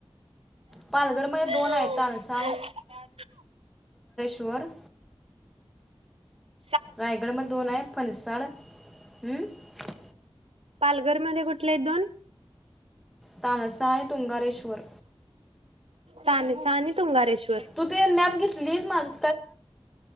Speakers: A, in the centre; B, on the right.
A: पालघरमध्ये
B: की
A: दोन आहेत तानसा चार
B: हम
A: रायगड म दोन आहे फनसाड हम्म
B: पालघर मध्ये कुठले आहेत दोन
A: तानसाय तुंगारेश्वर
B: त सानी तुंगारेश्वर
A: तू ते नॅम घेतली मंद